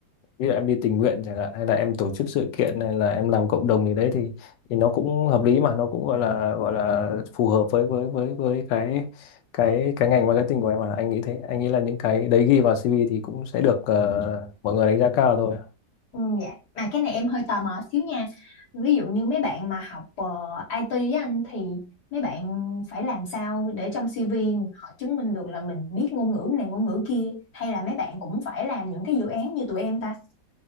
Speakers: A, on the left; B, on the left.
A: ví dụ em đi tình nguyện chẳng hạn hay là em tổ chức sự kiện này là em làm cộng đồng gì đấy thì thì nó cũng hợp lý mà nó cũng gọi là gọi là phù hợp với với với với cái cái cái ngành marketing của em mà anh nghĩ thế anh nghĩ là những cái đấy ghi vào CV thì cũng sẽ được ờ, mọi người đánh giá cao thôi
B: Ừ, dạ. Mà cái này em hơi tò mò xíu nha. Ví dụ như mấy bạn mà học ờ, IT á anh thì mấy bạn phải làm sao để trong CV họ chứng minh được là mình biết ngôn ngữ này ngôn ngữ kia hay là mấy bạn cũng phải làm những cái dự án như tụi em ta?